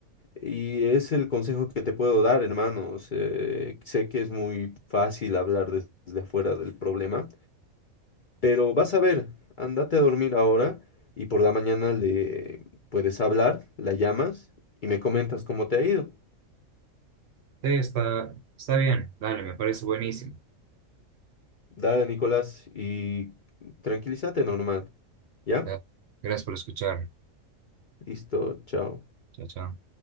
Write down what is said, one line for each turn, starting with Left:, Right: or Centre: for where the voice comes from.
Left: Y es el consejo que te puedo dar, hermanos. Eh, sé que es muy fácil hablar des- desde afuera del problema, pero vas a ver, andate a dormir ahora y por la mañana le puedes hablar, la llamas y me comentas cómo te ha ido.
Right: está, está bien, dale, me parece buenísimo.
Left: Dale, Nicolás, y tranquilízate normal. ¿Ya?
Right: Ya, Gracias por escuchar.
Left: Listo, chao.
Right: Chao, chao.